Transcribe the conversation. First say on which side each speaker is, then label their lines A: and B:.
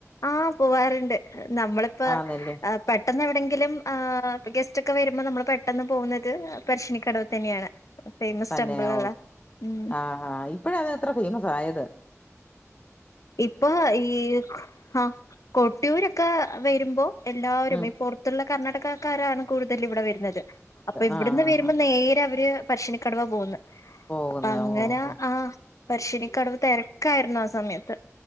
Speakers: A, on the left (about 80°); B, on the left (about 30°).
A: ആഹ് പോവാറുണ്ട് നമ്മളിപ്പ
B: ആ നെല്ല്
A: പെട്ടെന്ന് എവിടെങ്കിലും ആ ഗെസ്റ്റ് ഒക്കെ വരുമ്പോ നമ്മള് പെട്ടെന്ന് പോവുന്നത് പരശിനിക്കടവ് തന്നെയാണ് ഫേമസ്
B: തന്നെ
A: ടെമ്പിൾ അല്ലേ
B: ഓക്കെ
A: ഉം.
B: ആഹ് ആഹ് ഇപ്പഴത് ത്ര ഫേമസായത്.
A: ഇപ്പൊ ഈ ആ കൊട്ടിയൂരൊക്കെ വരുമ്പോ എല്ലാവരും
B: ഉം
A: ഇപ്പൊർ ത്തുള്ള കർണാടകക്കാരാണ് കൂടുതൽ ഇവിടെ വരുന്നത് അപ്പൊ ഇവിടുന്ന്
B: ആഹ് ആഹ്
A: വരുമ്പോ
B: ആഹ്
A: നേരെ അവര് പശ്ശിനിക്കടവ പോവുന്ന്
B: പോകുന്ന
A: അപ്പങ്ങന
B: ഓ ഓ
A: ആഹ് പര്ശ്ശിനിക്കട്‌വ് തെര കയറ്ന്ന ആ സമയത്ത്